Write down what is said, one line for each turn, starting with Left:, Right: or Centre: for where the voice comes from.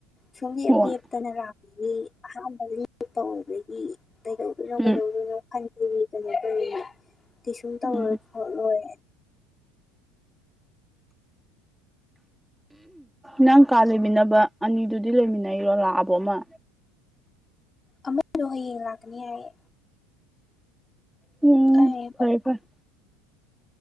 Left: ꯁꯣꯝꯗꯗꯤ
Centre: ꯍꯣꯏ
Left: ꯑꯩꯈꯣꯏꯅ ꯂꯥꯛꯄꯗꯗꯤ ꯑꯍꯥꯟꯕꯒꯤ ꯇꯧꯕꯒꯤ ꯀꯩꯗꯧꯗꯣꯏꯅꯣ ꯀꯩꯗꯧꯗꯣꯏꯅꯣ
Centre: ꯎꯝ
Left: ꯈꯟꯕꯒꯤ ꯀꯩꯅꯣ ꯇꯧꯔꯤꯅꯤ ꯀꯩꯁꯨꯝ ꯇꯧꯔꯣꯏ
Centre: ꯎꯝ
Left: ꯈꯣꯠꯂꯣꯏ
Centre: ꯅꯪ ꯀꯥ ꯂꯩꯃꯤꯟꯅꯕ ꯑꯅꯤꯗꯨꯗꯤ ꯂꯩꯃꯤꯟꯅꯩꯔꯣ ꯂꯥꯛꯑꯕꯣ ꯃꯥ
Left: ꯑꯃꯗꯣ ꯍꯌꯦꯡ ꯂꯥꯛꯀꯅꯤ ꯍꯥꯏꯌꯦ
Centre: ꯎꯝ
Left: ꯑꯩ ꯀꯞꯄ
Centre: ꯐꯔꯦ ꯐꯔꯦ